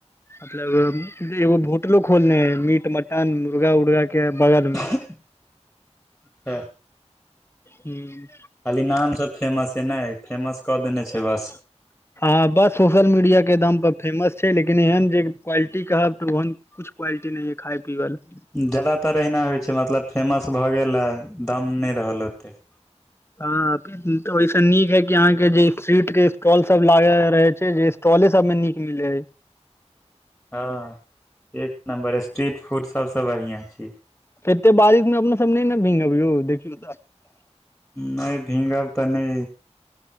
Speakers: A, on the left; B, in the centre.
A: मतलब एगो भोटलो खोलने अई मीट मटन मुर्गा उर्गा के बगल मे
B: अचछा
A: हूँ
B: खाली नाम स फेमस छै नै फेमस कऽ देने छै बस
A: त <inaudible> हँ बस सोशल मीडिया के दम प फेमस छै लेकिन एहन जे क्वालिटी कहब तऽ ओहन कुछ क्वालिटीं नै यै खाय पीबै ला
B: जादातर अहिना होइ छै मतलब फेमस भऽ गेल आ दाम नै रहल ओते
A: हँ तऽ त ओईस नीक है कि अहाँ के जे स्ट्रीट के स्टॉल सब लागल रहै छै जे स्टॉले सब मे नीक मिले हय
B: हँ एक नम्बर स्ट्रीट फूड सबसँ बढ़ियाँ छै
A: ऐते बारिश मे अपना सब नै ने भींगब यौ देखियौ त
B: नै भींगब त नै